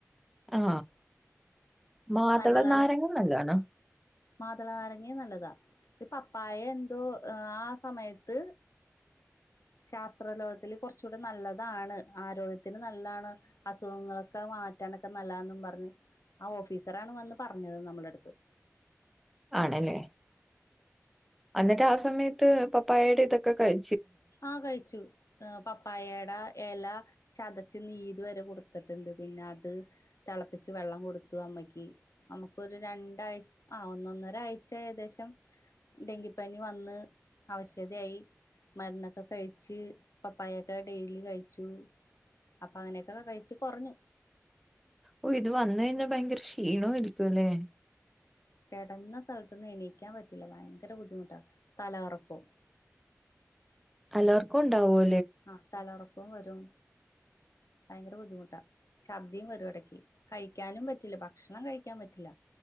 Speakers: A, in the centre; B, on the left (about 75°).
A: ആ മാതള
B: നല്ലതാണ്
A: നാരങ്ങും നല്ലതാണ്
B: മാതള നാരങ്ങിം നല്ലതാ ഈ പപ്പായ എ തോ ആ സമയത്ത് ശാസ്ത്രലോകത്തില് കൊർച്ചുടെ നല്ലതാണ് ആരോഗ്യത്തിന് നല്ലതാണ് അസുഖങ്ങളൊക്കെ മാറ്റാനൊക്കെ നല്ലാംന്നും പർഞ്ഞ് ആ ഓഫീസറാണ് വന്ന് പർഞ്ഞത് നമ്മളെട്ത്ത്
A: ആണല്ലേ അന്നിട്ട് ആ സമയ ത്ത് പപ്പായെടെ ഇതൊക്കെ കഴി
B: ആ കഴിച്ചു പപ്പായെടെ എല ചതച്ച് നീര് വരെ കൊട്ത്ത്ട്ട്ണ്ട് പിന്നെ അത് തളപ്പിച്ച് വെള്ളം കൊടുത്തു അമ്മക്കി അമ്മക്കൊരു രണ്ടാഴ്ച്ച ആ ഒന്നൊന്നരാഴ്ച്ച ഏകദേശം ഡെങ്കിപ്പനി വന്ന് അവശതയായി മരുന്നൊക്കെ കഴിച്ച് പപ്പായൊക്കെ ഡെയ്‌ലി കഴിച്ചു അപ്പൊ അങ്ങനെയൊക്കെ കെകഴിച്ച് കൊറഞ്ഞു
A: ഓ ഇത് വന്നഴിഞ്ഞാ ഭയങ്കര ക്ഷീണോയിരി ക്കു ല്ലെ
B: കെടന്ന സ്ഥൽത്ത്ന്ന് എണീക്കാൻ പറ്റില്ല ഭയങ്കര ബുദ്ധിമുട്ടാ തലകറക്കവും
A: തലകറക്കൂണ്ടാവോ
B: ആ തലകറ ക്കും വരും ഭയങ്കര ബുദ്ധിമുട്ടാ ശർദ്ദിയും വരുഎടക്ക് കഴിക്കാനും പറ്റില്ല ഭക്ഷണം കഴിക്കൻ പറ്റില്ല